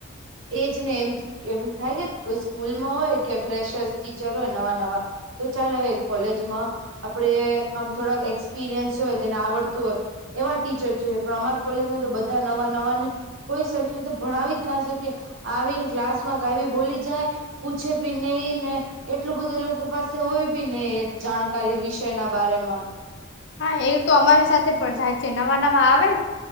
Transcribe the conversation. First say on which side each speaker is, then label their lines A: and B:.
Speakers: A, on the right; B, on the left.
A: એજ ને એમ એમ થાય કે સ્કૂલમાં હોય કે ફ્રેશ ટીચર હોય નવા નવા તો ચાલ હવે કોલેજમાં આપડે આમ થોડાક એક્સપિરિયન્સ હોય જેને આવડતું હોય એવા ટીચર જોઈએ પણ અમારા કોલેજમાં તો બધા નવા નવાને કોઈ સરખી રીતે ભણાવી જ ના શકે આવીને ક્લાસ માં ક આવી બોલી જાય પૂછે પી નઈ ને એટલું બધું એ લોકો પાસે હોય બી ને એ જાણકારી વિષય ના બારેમાં
B: હા એ તો અમારી સાથે પણ થાય છે નવા નવા આવે